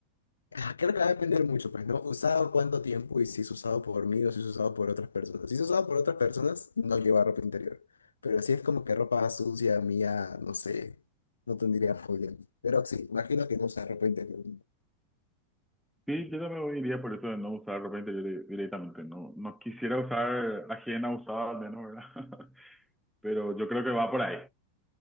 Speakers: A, on the left; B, in the centre.
A: Ah, creo que va a depender mucho, pues, ¿no? Usado cuánto tiempo y si es usado por mí o si es usado por otras personas. Si es usado por otras personas, no lleva ropa interior. Pero si es como que ropa sucia, mía, no sé, no tendría problema. Pero sí, imagino que no usa ropa interior.
B: Sí, yo también iría por eso de no usar ropa interior di- directamente. No, no quisiera usar ajena usada al menos, ¿verdad? <laughs> Pero yo creo que va por ahí.